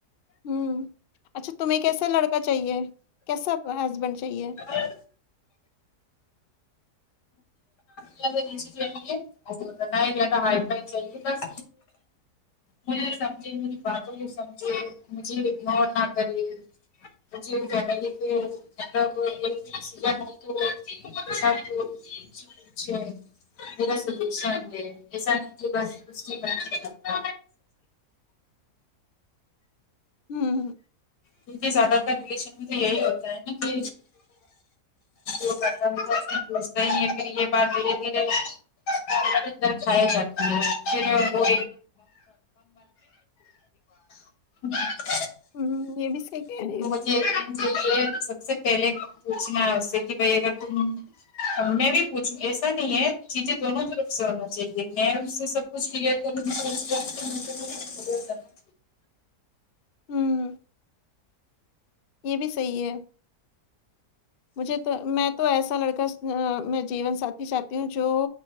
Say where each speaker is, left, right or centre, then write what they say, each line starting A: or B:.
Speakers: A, on the left; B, on the left.
A: ہوں اچھا تمہیں کیسا لڑکا چاہیے کیسا ہسبینڈ چاہیے
B: <unintelligible> نہ زیادہ نیچے چاہیے ناہی زیادہ وئی فئی چاہیے بس مجھے سمجھے میری باتوں کو سمجھے مجھے اگنور نہ کرے م <unintelligible> جی <unintelligible> کیا پہ پ مطلب <unintelligible> س تو <unintelligible> ج سشن ہےسا نہیں <unintelligible> ب کرکتا
A: ہمم
B: کیونکہ زیادہ تر ریلیشن میں تو یہی ہوتا ہے نا کہ وہ پتا پوچتا ہی ہے پھر یہ بات دھیرے دھیرے اندر ہی اندر کھے جاتی ہے پھر وہ <unintelligible> ہمم
A: ہوں یہ بھی سہی کہ رہے ہو
B: یہ سب سے پہلے پوچھنا ہے اس سے کہ بھائی اگر تم میں بھی پوچھوں ایسا نہیں ہے چیزیں دونوں طرف سے ہونا چاہیے میں اس سے سب کچھ کلیر کرونگی <unintelligible>
A: ہوں یہ بھی صحیح ہے مجھے تو میں تو ایسا لڑکا میں جیون ساتھی چاہتی ہوں جو